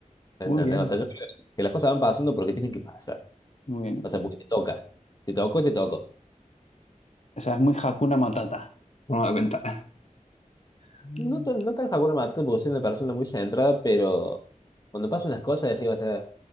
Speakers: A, on the left (about 30°); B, on the left (about 55°).
A: ¿entendés?
B: Muy bien,
A: O sea, yo creo que las cosas van pasando porque tienen que pasar,
B: muy bien.
A: o sea, porque te toca, te tocó, te tocó.
B: O sea, es muy Hakuna Matata, por una cuenta. <laughs>
A: No tan, no tan Hakuna Matata porque soy una persona muy centrada, pero cuando pasan las cosas, decís, o sea,